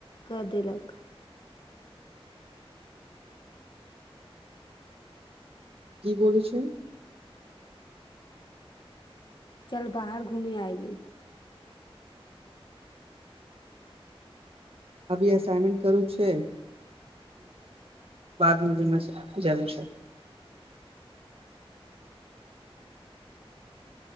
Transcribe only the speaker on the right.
की बजै छै
अभी एसाइनमेंट करू छै बादमे जमे जै विषय